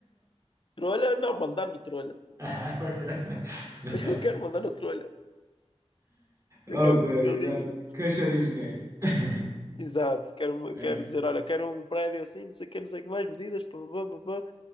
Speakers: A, on the left; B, on the right.
A: Trolha? Não, mandar no trolha.
B: Ah, ok.
A: <laughs>
B: <laughs>
A: Eu quero mandar no trolha. Eu
B: Ok,
A: quero, eu digo,
B: já... Cachorro engenheiro. <laughs>
A: exato, quero,
B: É,
A: quero dizer, olha, quero um prédio assim, não sei o que, não sei o que mais, medidas, pá, pá, pá, pá, pá.